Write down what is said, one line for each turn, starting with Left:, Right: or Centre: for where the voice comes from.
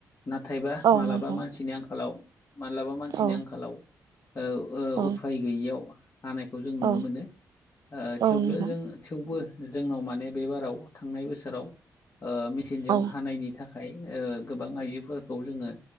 Left: नाथायबा
Right: औ
Left: मालाबा
Right: नोंथां
Left: मानसिनि आंखालाव मालाबा मानसिनि
Right: औ
Left: आंखालाव ओ ओ
Right: औ
Left: उफाय गैयियाव हानायखौ जों नुनो
Right: औ
Left: मोनो
Right: औ
Left: थेवबो
Right: नोंथां
Left: जों थेवबो जोंनाव माने बेबाराव थांनाय बोसोराव मेसिनजों
Right: औ
Left: हानायनि थाखाय गोबां आइजोफोरखौ जोङो